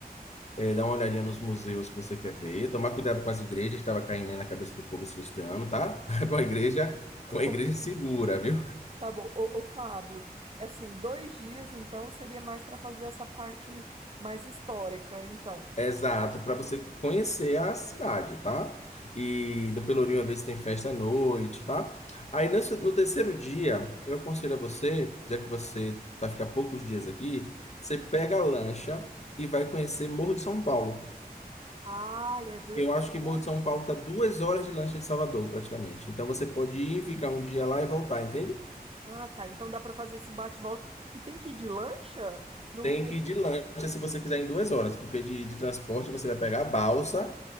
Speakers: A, on the left; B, on the right.
A: É, dar uma olhadinha nos museus que você quer ver. Tomar cuidado com as igrejas que estava caindo aí na cabeça do povo esse início de ano, tá? <laughs> É uma igreja, uma igreja
B: Ô,
A: segura, viu?
B: tá bom. Ô, ô, Fábio, é assim, dois dias então seria mais para fazer essa parte mais histórica, então.
A: É Exato, para você conhecer a cidade, tá? E no Pelourinho, às vezes, tem festa à noite, tá? Aí, nesse- no terceiro dia, eu aconselho a você, já que você vai ficar poucos dias aqui, você pega a lancha e vai conhecer Morro de São Paulo.
B: Ah, é verdade.
A: Eu acho que Morro de São Paulo tá duas horas de lancha de Salvador, praticamente. Então, você pode ir, ficar um dia lá e voltar, entende?
B: Ah, tá. Então dá para fazer esse bate-volta. E tem que ir de lancha? Não
A: Tem
B: tem.
A: que ir de lancha se você quiser em duas horas, porque de, de transporte você vai pegar a balsa,